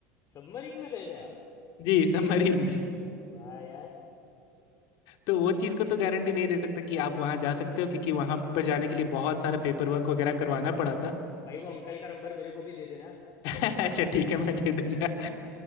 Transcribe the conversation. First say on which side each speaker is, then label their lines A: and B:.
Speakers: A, on the left; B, on the left.
A: सबमरीन में गए थे आप
B: जी सबमरीन में
A: वाह यार
B: तो वो चीज़ का तो गारंटी नहीं दे सकता कि आप वहाँ जा सकते हो क्योंकि वहाँ पर जाने के लिए बहुत सारा पेपर वर्क वगैरह करवाना पड़ा था
A: भाई वो अंकल का नंबर मेरे को भी दे देना
B: <laughs> अच्छा ठीक है मैं दे दूंगा